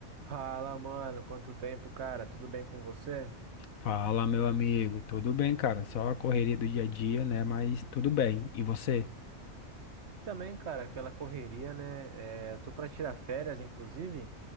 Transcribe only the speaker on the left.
Fala, meu amigo. Tudo bem, cara? Só a correria do dia a dia, né? Mas tudo bem. E você?